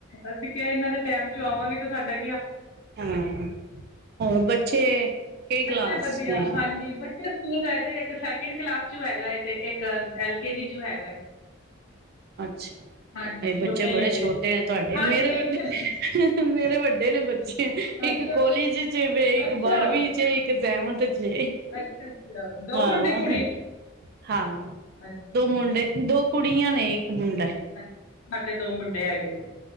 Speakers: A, on the left (about 85°); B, on the right (about 50°).
A: ਅਸੀਂ ਕੇਆ ਐਨਾਂ ਦੇ ਟਾਈਮ ਚੋ ਆਵਾਂਗੇ ਤੇ ਸਾਡੇ
B: ਹਾਂ, ਹੋਰ ਬੱਚੇ ਕਿਹੜੀ
A: ਬੱਚੇ
B: ਕਲਾਸ
A: ਵਧੀਆ,
B: ਨੇ
A: ਹਾਂਜੀ ਬ ਚੇ ਸਕੂਲ ਗਏ ਦੇ ਇੱਕ ਸੈਕਿੰਡ ਕਲਾਸ' ਚੋ ਹੈਗਾ ਏ ਤੇ ਇੱਕ ਐਲ ਕੇ ਜੀ ਚੋ ਹੈਗਾ।
B: ਅੱਛਾ।
A: ਹਾਂਜੀ
B: ਤੇ ਬੱਚੇ
A: ਛੋਟੇ ਹੀ
B: ਬੜੇ
A: ਹਜੇ
B: ਛੋਟੇ ਨੇ ਤੁਆਡੇ
A: ਹਾਂਜੀ
B: ਮੇਰੇ ਵੱਡੇ
A: ਚ
B: ਮੇਰੇ ਵੱਡੇ ਨੇ ਬੱਚੇ
A: ਅੱਛਾ
B: ਇੱਕ ਕੋਲਿਜ ਅ- ਚ ਵੇ ਇੱਕ
A: ਅੱਛਾ
B: ਬਾਰਵੀਂ ਚ, ਇਕ ਸੈਵੰਥ ਚ ਏ।
A: ਅੱਛਾ ਅੱਛਾ ਦੋ
B: ਹਾਂ
A: ਮੁੰਡੇ ਕੁੜੀ
B: ਹਾਂ।
A: ਅੱਛਾ
B: ਦੋ ਮੁੰਡੇ--ਦੋ ਕੁੜੀਆਂ ਨੇ, ਇੱਕ ਮੁੰਡਾ ਏ।
A: ਅਛ--ਹਾਡੇ ਦੋ ਮੁੰਡੇ ਹੈਗੇ,